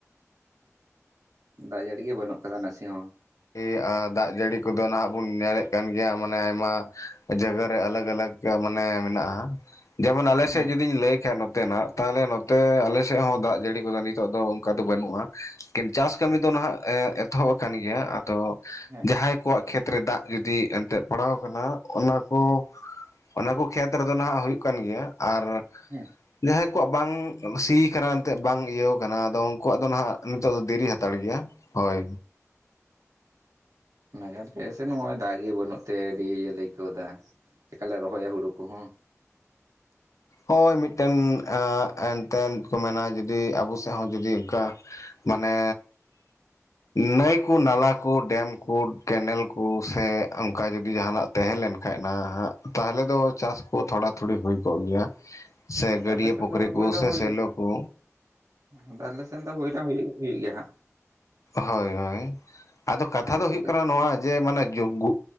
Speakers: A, on the right (about 75°); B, on the left (about 70°).
A: ᱫᱟᱜ ᱡᱟᱹᱲᱤ ᱜᱮ ᱵᱟᱹᱱᱩᱜ ᱟᱠᱟᱫᱟ ᱱᱟᱥᱮ ᱦᱚᱸ ᱾
B: ᱮ ᱟ ᱫᱟᱜ ᱡᱟᱹᱲᱤ ᱠᱚᱫᱚ ᱱᱷᱟᱜ ᱵᱩᱱ ᱧᱮᱞᱮᱫ ᱠᱟᱱ ᱜᱮᱭᱟ ᱢᱟᱱᱮ ᱟᱭᱢᱟ ᱡᱟᱭᱜᱟ ᱨᱮ ᱟᱞᱟᱹᱜᱽ ᱟᱞᱟᱹᱜᱽ ᱠᱟ ᱢᱟᱱᱮ ᱢᱮᱱᱟᱜᱼᱟ ᱡᱮᱢᱚᱱ ᱟᱞᱮᱥᱮᱜ
A: ᱦᱮᱸ
B: ᱡᱩᱫᱤᱧ ᱞᱟᱹᱭ ᱠᱷᱟᱡ ᱱᱚᱛᱮ ᱱᱟᱜ ᱛᱟᱦᱟᱞᱮ ᱱᱚᱛᱮ ᱟᱞᱮ ᱥᱮᱜ ᱦᱚᱸ ᱫᱟᱜ ᱡᱟᱹᱲᱤ ᱠᱚᱫᱚ ᱱᱤᱛᱚᱜ ᱫᱚ ᱚᱱᱠᱟ ᱫᱚ ᱵᱟᱹᱱᱩᱜᱼᱟ ᱠᱤᱱ ᱪᱟᱥ ᱠᱟᱹᱢᱤ
A: ᱦᱮᱸ
B: ᱫᱚ ᱱᱷᱟᱜ ᱮᱛᱚᱦᱚᱵ ᱟᱠᱟᱱ ᱜᱮᱭᱟ ᱟᱫᱚ
A: ᱦᱮᱸ
B: ᱡᱟᱦᱟᱸᱭ ᱠᱚᱣᱟᱜ ᱠᱷᱮᱛ ᱠᱷᱮᱛ ᱨᱮ ᱫᱟᱜ ᱡᱩᱫᱤ ᱮᱱᱛᱮ ᱯᱟᱲᱟᱣ ᱟᱠᱟᱱᱟ ᱚᱱᱟ ᱠᱚ ᱚᱱᱟ ᱠᱚ ᱠᱷᱮᱛ ᱨᱮᱫᱚ ᱱᱷᱟᱜ ᱦᱩᱭᱩᱜ ᱠᱟᱱ ᱜᱮᱭᱟ ᱟᱨ
A: ᱦᱮᱸ
B: ᱡᱟᱦᱟᱸᱭ ᱠᱚᱣᱟᱜ ᱵᱟᱝ ᱥᱤ ᱠᱟᱱᱟ ᱮᱱᱛᱮᱫ ᱵᱟᱝ ᱤᱭᱟᱹ ᱟᱠᱟᱱᱟ ᱟᱫᱚ ᱩᱱᱠᱩᱣᱟᱜ ᱫᱚ ᱱᱷᱟᱜ ᱱᱤᱛᱚᱜ ᱫᱚ ᱫᱮᱨᱤ ᱦᱟᱛᱟᱲ ᱜᱮᱭᱟ, ᱦᱳᱭ᱾
A: <inaudible> ᱦᱮ ᱸᱥᱮ ᱱᱚᱜᱼᱚᱭ ᱫᱟᱜ ᱜᱮ ᱵᱟᱹᱱᱩᱜ ᱛᱮ ᱟᱹᱰᱤ ᱤᱭᱟᱹᱞᱮ ᱟᱹᱭᱠᱟᱹᱣ ᱫᱟ ᱪᱮᱠᱟᱞᱮ ᱨᱚᱦᱚᱭᱟ ᱦᱳᱲᱳ ᱠᱚᱦᱚᱸ᱾
B: ᱦᱳᱭ ᱢᱤᱫᱴᱮᱱ ᱟ-ᱮᱱᱛᱮᱱ ᱠᱚ ᱢᱮᱱᱟ ᱡᱩᱫᱤ ᱟᱵᱚ ᱥᱮᱫ ᱦᱚᱸ ᱡᱩᱫᱤ ᱚᱱᱠᱟ ᱢᱟᱱᱮᱻ ᱱᱟᱹᱭ ᱠᱚ ᱱᱟᱞᱟ ᱠᱚ ᱰᱮᱢ ᱠᱚ ᱠᱮᱱᱮᱞ ᱠᱚ ᱥᱮ ᱚᱱᱠᱟ ᱡᱩᱫᱤ ᱡᱟᱦᱟᱸᱱᱟᱜ ᱛᱮᱦᱮᱸ ᱞᱮᱱᱠᱷᱟᱡ ᱱᱟ ᱦᱟᱜ, ᱛᱟᱦᱚᱞᱮ ᱫᱚ ᱪᱟᱥ ᱠᱚ ᱛᱷᱚᱲᱟ, ᱛᱷᱩᱲᱤ ᱦᱩᱭ ᱠᱚᱜ ᱜᱮᱭᱟ᱾ ᱥᱮ
A: ᱟᱫᱚ
B: ᱜᱟᱹᱰᱭᱟᱹ
A: ᱟᱞᱮ ᱥᱮᱫ
B: ᱯᱩᱠᱷᱨᱤ
A: ᱫᱚ ᱦᱩᱭ
B: ᱠᱚ,
A: ᱫᱚ
B: ᱥᱮ
A: ᱦᱩᱭᱩᱜᱼᱟ
B: ᱥᱮᱞᱚ ᱠᱚ᱾
A: ᱟᱫᱚ ᱟᱞᱮ ᱥᱮᱱ ᱫᱚ, ᱦᱩᱭᱱᱟ ᱦᱩᱭᱩᱜ -ᱦᱩᱭᱩᱜ ᱜᱮᱭᱟ ᱦᱟᱸᱜ᱾
B: ᱦᱳᱭ -ᱦᱳᱭ, ᱟᱫᱚ ᱠᱟᱛᱷᱟ
A: ᱟᱞᱮ
B: ᱫᱚ
A: ᱥᱮᱫ
B: ᱦᱳᱭᱩᱜ ᱠᱟᱱᱟ, ᱱᱚᱣᱟ ᱡᱮ ᱢᱟᱱᱮ ᱡᱚᱜᱩ